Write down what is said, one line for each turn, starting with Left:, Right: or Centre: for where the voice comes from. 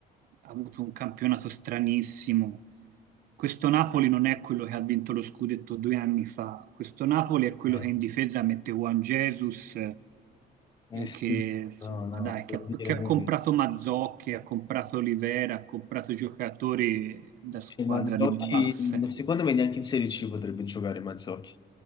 Right: ha avuto un campionato stranissimo. Questo Napoli non è quello che ha vinto lo scudetto due anni fa. Questo Napoli è quello
Left: Eh,
Right: che in difesa mette Juan Jesus
Left: eh
Right: e
Left: sì,
Right: che insomma
Left: no, no,
Right: dai,
Left: devo
Right: che ha,
Left: dire
Right: che ha
Left: no.
Right: comprato Mazzocchi, ha comprato Olivera, ha comprato giocatori da squadra
Left: Cioè, Mazzocchi,
Right: di basse,
Left: secondo me neanche in Serie C potrebbe giocare Mazzocchi.